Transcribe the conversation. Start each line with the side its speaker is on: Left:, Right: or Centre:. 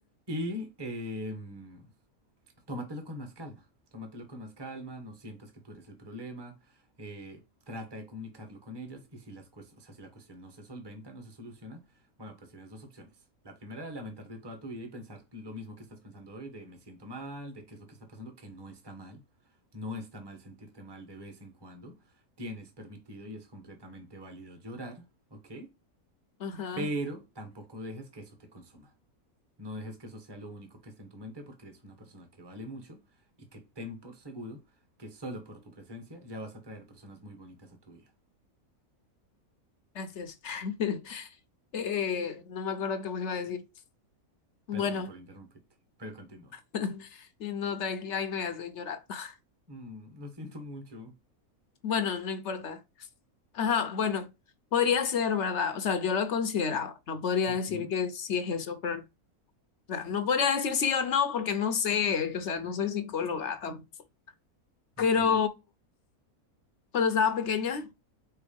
Right: Y em, tómatelo con más calma, tómatelo con más calma, no sientas que tú eres el problema, eh, trata de comunicarlo con ellas y si las cues- o sea, si la cuestión no se solventa, no se soluciona, bueno, pues tienes dos opciones. La primera, lamentarte toda tu vida y pensar lo mismo que estás pensando hoy, de me siento mal, de qué es lo que está pasando, que no está mal, no está mal sentirte mal de vez en cuando, tienes permitido y es completamente válido llorar, ¿ok?
Left: ajá,
Right: Pero tampoco dejes que eso te consuma. No dejes que eso sea lo único que esté en tu mente porque eres una persona que vale mucho y que ten por seguro que solo por tu presencia ya vas a traer personas muy bonitas a tu vida.
Left: gracias. <laughs> Eh, no me acuerdo qué me iba a decir. Bueno,
Right: Perdón por interrumpirte, pero continúa.
Left: <laughs> y no, tranqui, ay, no, ya estoy llorando. <laughs>
Right: Mm, lo siento mucho.
Left: Bueno, no importa. Ajá, bueno, podría ser, ¿verdad? O sea, yo lo consideraba. No podría
Right: Ujú,
Left: decir que sí es eso, pero, o sea, no podría decir sí o no porque no sé, o sea, no soy psicóloga tampoco. Pero
Right: Ok,
Left: cuando estaba pequeña,